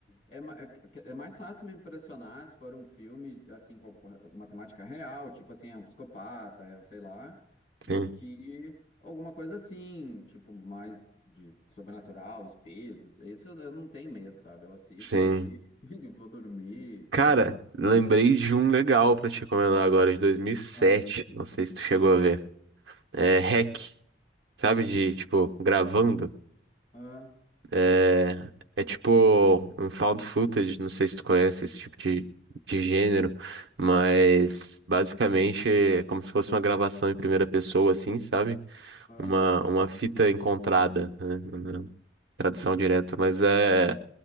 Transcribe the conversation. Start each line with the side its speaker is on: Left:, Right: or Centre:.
Left: é, é ma- é que- é mais fácil me impressionar se for um filme, assim, com uma temática real, tipo assim, é um psicopata, é, sei lá, do
Right: Sim,
Left: que alguma coisa assim, tipo, mais de sobrenatural, espíritos. Isso eu eu não tenho medo, sabe? Eu assisto
Right: sim.
Left: aqui <laughs> e vou dormir, sei
Right: Cara,
Left: lá.
Right: lembrei de um legal pra te recomendar agora, de 2007.
Left: Ah,
Right: Não sei se tu chegou a ver. É Hack, sabe? De, tipo, gravando.
Left: ah,
Right: É, é tipo um found footage. Não sei se tu conhece esse tipo de, de gênero. Mas, basicamente, é como se fosse uma gravação em primeira pessoa, assim, sabe?
Left: ah,
Right: Uma, uma fita encontrada, né? na Tradução direta. Mas é.